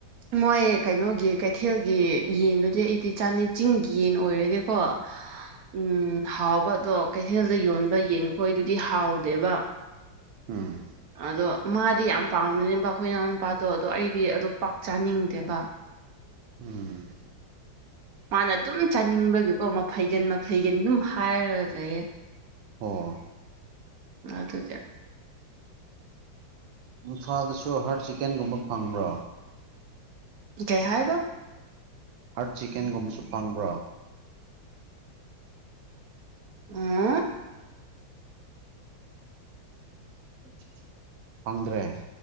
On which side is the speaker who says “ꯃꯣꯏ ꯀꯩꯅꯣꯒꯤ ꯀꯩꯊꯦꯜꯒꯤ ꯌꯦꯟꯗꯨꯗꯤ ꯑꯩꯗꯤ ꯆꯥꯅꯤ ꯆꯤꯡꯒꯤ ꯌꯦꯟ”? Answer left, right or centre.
Right